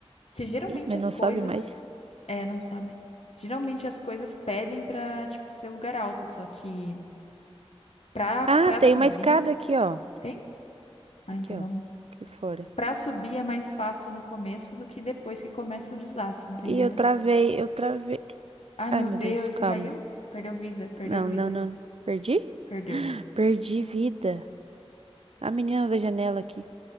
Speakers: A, on the left (about 75°); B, on the right (about 70°).
A: porque geralmente
B: Ih, mas
A: as
B: não
A: coisas,
B: sobe mais.
A: é, não sabe. Geralmente as coisas pedem pra, tipo, ser lugar alto, só que pra,
B: Ah,
A: pra
B: tem
A: subir,
B: uma escada aqui, ó.
A: tem? Ah,
B: Aqui,
A: então
B: ó.
A: vamos.
B: Aqui fora.
A: Pra subir é mais fácil no começo do que depois que começa o desastre, entendeu?
B: E eu travei, eu travei.
A: Ai,
B: Ai,
A: meu
B: meu
A: Deus,
B: Deus, calma.
A: caiu? Perdeu vida, perdeu
B: Não,
A: vida,
B: não, não. Perdi?
A: perdeu.
B: Perdi vida. A menina da janela aqui.